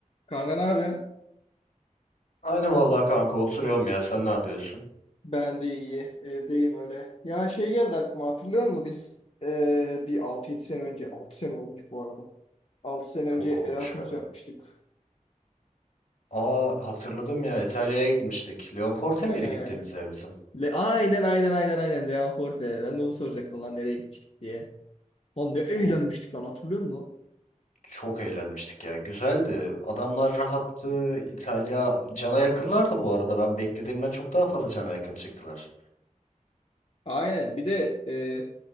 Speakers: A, on the left; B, on the left.
A: Kanka ne yapıyorsun?
B: Aynı vallahi kanka oturuyorum ya. Sen ne yapıyorsun?
A: Ben de iyi. Evdeyim öyle. Ya şey geldi aklıma hatırlıyor musun? Biz eee, bir altı yedi sene önce 6 sene olmuş bu arada. 6 sene
B: Çok
A: önce Erasmus
B: olmuş be.
A: yapmıştık.
B: Aa hatırladım ya İtalya'ya gitmiştik. Leonforte
A: He.
B: miydi gittiğimiz yer bizim?
A: Le aynen aynen aynen aynen Leon Forte. Ben de onu soracaktım lan nereye gitmiştik diye. Oğlum ne eğlenmiştik
B: Oğlum
A: lan hatırlıyor musun?
B: çok eğlenmiştik ya. Güzeldi. Adamlar rahattı. İtalya cana yakınlardı bu arada. Ben beklediğimden çok daha fazla cana yakın çıktılar.
A: Aynen. Bir de eee